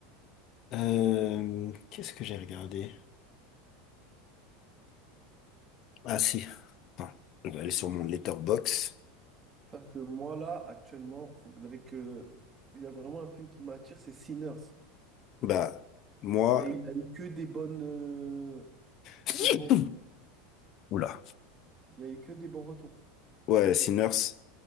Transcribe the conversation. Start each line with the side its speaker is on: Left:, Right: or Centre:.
Left: euh, qu'est-ce que j'ai regardé? Ah si. Attends, on va aller sur mon letterbox.
Right: Parce que moi là, actuellement, faudrait que... il y a vraiment un film qui m'attire, c'est Sinners.
Left: Bah, moi.
Right: Et il a eu que des bonnes... euh,
Left: <clears throat>
Right: des bons...
Left: Oula.
Right: Il y a eu que des bons retours.
Left: Ouais, Sinners.